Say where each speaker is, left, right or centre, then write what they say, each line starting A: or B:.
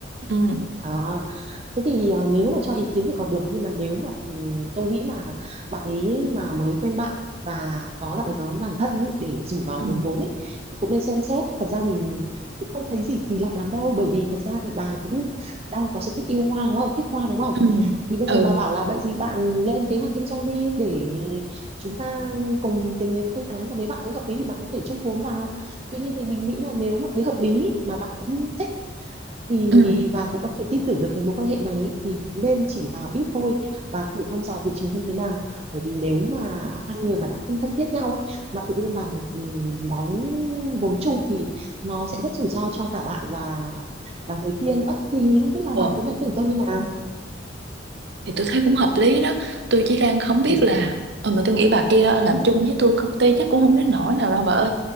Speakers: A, on the right (about 60°); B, on the right (about 30°).
A: ừ
B: ờ. Thế thì ờ, nếu mà cho ý kiến thì còn được nhưng mà nếu mà ừ, tôi nghĩ mà bạn ấy mà mới quen bạn và có bạn ấy có làm thân ý, để rủ vào
A: ừ
B: hùn vốn ý, thì cũng nên xem xét thật ra thì cũng không thấy gì kỳ lạ lắm đâu bởi vì thật ra thì bà cũng đang có sở thích yêu hoa đúng không thích hoa đúng không
A: ừ
B: thì bây
A: ừ
B: giờ bà bảo là vậy gì bạn lên kế hoạch kinh doanh đi để chúng ta cùng tính đến phương án và nếu bạn thấy hợp lý thì bạn có thể chung vốn vào tuy nhiên thì mình nghĩ là nếu mà thấy hợp lý mà bạn cũng thích thì
A: ừ
B: và cũng có thể tin tưởng được cái mối quan hệ này ấy, thì nên chỉ vào ít thôi và thử thăm dò thị trường xem thế nào bởi vì nếu mà hai người mà đã không thân thiết nhau ấy mà tự nhiên vào một ừ, món vốn chung thì nó sẽ rất rủi ro cho cả bạn và và người kia nữa thì không biết là
A: ừ
B: bà thấy lời khuyên của tôi như nào
A: thì tôi thấy cũng hợp lý đó tôi chỉ đang không biết
B: ừ
A: là ừ, mà tôi nghĩ bà kia làm chung với tôi công ty chắc cũng không đến nỗi nào đâu bà ơi